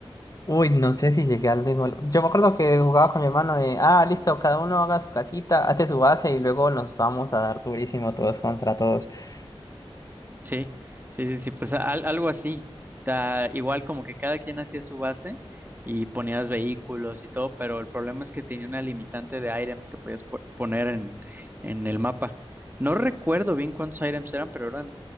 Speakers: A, on the left (about 35°); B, on the right (about 20°).
A: Uy, no sé si llegué al mismo. lu- Yo me acuerdo que jugaba con mi hermano de, ah, listo, cada uno haga su casita, hace su base y luego nos vamos a dar durísimo todos contra todos. <laughs>
B: Sí, sí, sí, sí, pues al- algo así. O sea, igual como que cada quien hacía su base y ponías vehículos y todo, pero el problema es que tenía una limitante de items que podías po- poner en, en el mapa. No recuerdo bien cuántos items eran, pero eran,